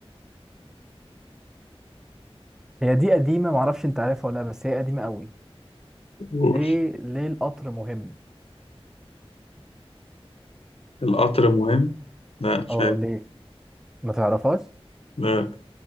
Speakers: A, in the centre; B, on the left (about 70°).
A: هي دي قديمة معرفش انت عارفها ولا لا بس هي قديمة قوي
B: قول.
A: ليه ليه القطر مهم
B: القطر مهم لا مش
A: اه
B: عارف
A: ليه ما تعرفهاش
B: لا